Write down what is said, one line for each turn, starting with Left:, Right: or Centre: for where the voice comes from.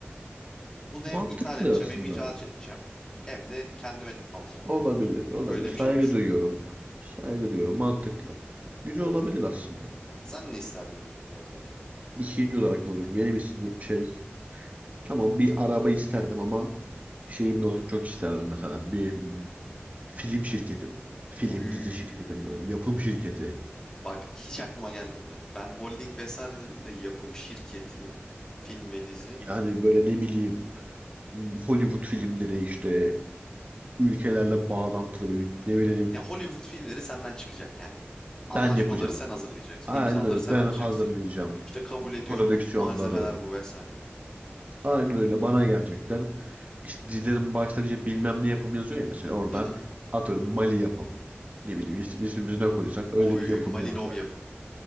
Left: bunu
Right: Mantıklı
Left: hem ithal edeceğim
Right: aslında.
Left: hem ihraç edeceğim hem de kendime alacağım
Right: Olabilir,
Left: yani.
Right: olabilir.
Left: Böyle
Right: Saygı
Left: bir şey düşünüyorum.
Right: duyuyorum. Saygı duyuyorum. Mantıklı. Güzel olabilir aslında.
Left: Sen ne isterdin ikinci olarak?
Right: İkinci olarak moruk benim istediğim şey tamam bir araba isterdim ama şeyim de olsun çok isterdim mesela bir mm, film şirketim. Film
Left: Oy.
Right: dizi şirketim böyle yapım şirketi.
Left: Bak hiç aklıma gelmedi. Ben holding vesaire dedim de yapım şirketi, film ve dizi.
Right: Yani böyle ne bileyim mm, Hollywood filmleri işte ülkelerle bağlantılı böyle ne bileyim
Left: Ya Hollywood filmleri senden çıkacak yani.
Right: ben
Left: Anlaşmaları
Right: yapacağım.
Left: sen hazırlayacaksın,
Right: Aynen
Left: imzaları
Right: öyle.
Left: sen
Right: Ben
Left: atacaksın.
Right: hazırlayacağım
Left: İşte kabul ediyorum,
Right: prodüksiyonları.
Left: malzemeler bu vesaire.
Right: Aynen öyle. Bana gelecekler. İşte dizilerin başlangıcı bilmem ne yapım yazıyor ya mesela orada
Left: Hı hı.
Right: atıyorum Mali yapım. Ne bileyim is ismimizi ne koysak
Left: Oy,
Right: öyle bir yapım
Left: Malinov
Right: yazacak.
Left: yapım.